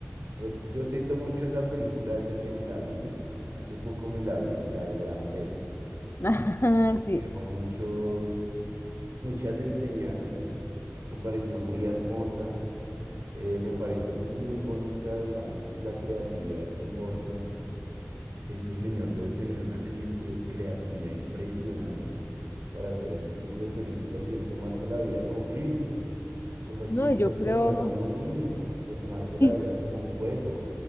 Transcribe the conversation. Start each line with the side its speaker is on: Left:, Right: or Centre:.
Right: res- Yo cito mucho esa película desde que me la vi. <laughs> Hace poco me la vi, la del gran pez.
Left: <laughs>
Right: La verdad es que
Left: Sí,
Right: me dejó muchos, muchas enseñanzas, me pareció muy hermosa, eh, me parece muy bonita, digamos, la creatividad de Tim Burton. Ese señor debe tener una creati- creatividad impresionante para hacer ese tipo de películas y es tomarse la vida con filtros, con los
Left: no,
Right: filtros
Left: yo creo.
Right: cuando era uno niño, de tomarse la
Left: y
Right: vida como un juego.